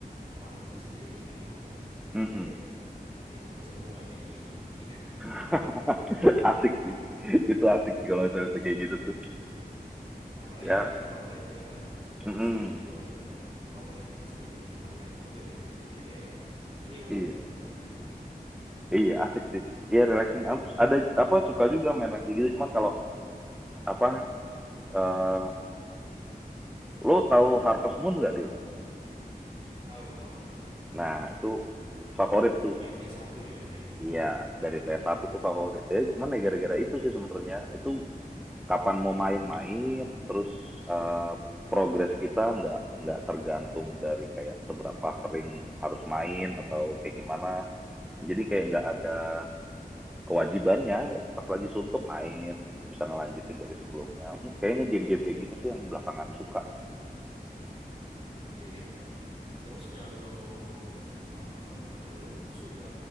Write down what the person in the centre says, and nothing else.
Hmm,
<laughs> asik sih itu asik sih kalau misalnya kayak gitu tuh
ya
Hmm,
hmm.
iya
Iya, asik sih. Iya, relaxing. Ab- Ada apa suka juga main-main kayak gitu. Cuman kalau apa eh lo tahu Harvest Moon nggak, Dil?
Nah, itu favorit tuh.
Iya, dari PS1 tuh favorit ya. Cuman ya gara-gara itu
sih sebenarnya. Itu kapan mau main-main, terus eh, progres kita nggak nggak tergantung dari kayak seberapa sering harus main atau kayak gimana. Jadi kayak nggak ada kewajibannya pas lagi suntuk main bisa ngelanjutin dari sebelumnya Hmm, kayaknya game-game kayak gitu sih yang belakangan suka